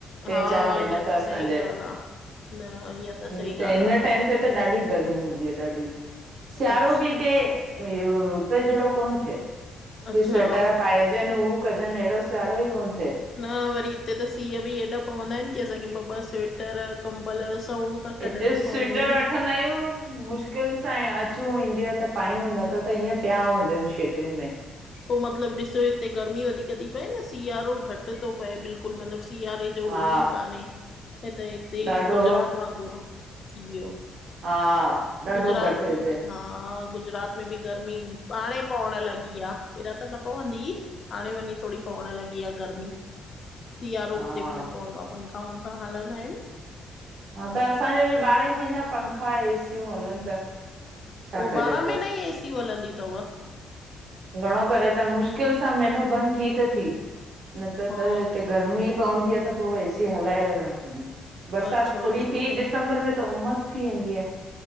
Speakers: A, on the right (about 55°); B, on the left (about 35°).
A: टे
B: हा
A: चार महीना
B: इहा
A: त असांजे
B: सही ॻाल्हि आहे न इहा सही
A: त, हिन
B: ॻाल्हि
A: टाइम ते त ॾाढी गर्मी हूंदी आ ॾाढी,
B: आहे
A: सियारो
B: अच्छा
A: बि हिते उते जेड़ो कोन थिए।
B: अच्छा
A: कि स्वेटर पाएजनि, हू कजन, एड़ो सियारो ई कोन थ्ये।
B: न वरी हिते त सीउ बि एॾा पवंदा आहिन कि असांखे ॿ ॿ सवेटर कंबल सवणूं त
A: हिते
B: कढणियूं
A: स्वेटर
B: पवंदियूं आहिन।
A: वठंदा आंयू, मुश्किल सां अचूं ईडिया त पायूं न त त हीअं पिया हुजनि सेटियुनि में।
B: पो मतिलबु ॾिसो हिते गर्मी वधीक थी पए न, सिआरो घटि थो पए बिल्कुलु मतलबु सिआरे हो
A: हा
B: ई काने, हि त हिते
A: ॾाढो
B: ई गुजरात वांगुर थी वियो।
A: हा ॾाढो
B: गुजरात
A: घटि
B: में
A: हिते
B: बि हा गुजरात में बि गर्मी हांणे पवण लॻी आ। पहिरियां त न पवंदी इ, हाणे वंञी थोङी पवणु लॻी आ गर्मी। सियारो
A: हा
B: उते बि न पवंदो आ, पंखा वंखा हलंदा आहिन।
A: हा त असांजे बि ॿारंई महीना पंखा, एसियूं हलनि पिया। छा
B: उ
A: कजे
B: ॿारहां
A: पो
B: महीना ई एसियूं हलंदियूं थव!
A: घणो करे त मुश्किल सां मेहिनो बंदि थी त थी, न त
B: हा
A: त हिते गर्मी पवंदी आहे त पो एसी हलाए रखंदा आंयुं, बरसात
B: अच्छा
A: थोङी
B: अच्छा
A: थी, ॾिस दिसंबर में त उमस थी वेंदी आहे।